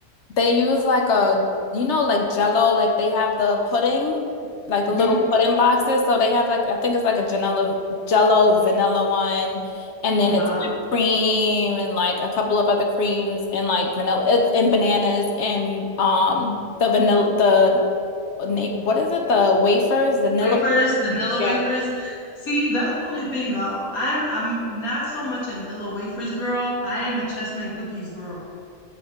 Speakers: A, on the left; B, on the left.
A: They use like a, you know, like Jello, like they have the pudding, like the
B: Mhm.
A: little pudding boxes. So they have like, I think it's like a Janella, Jello vanilla one, and then
B: Uh-huh.
A: it's whipped cream and like a couple of other creams and like vanilla, it's and bananas and um the vanilla, the na- what is it? The wafers, vanilla.
B: Wafers, vanilla
A: Yeah.
B: wafers. See, that's the only thing though. I'm I'm not so much a vanilla wafers girl. I am a chessman cookies girl.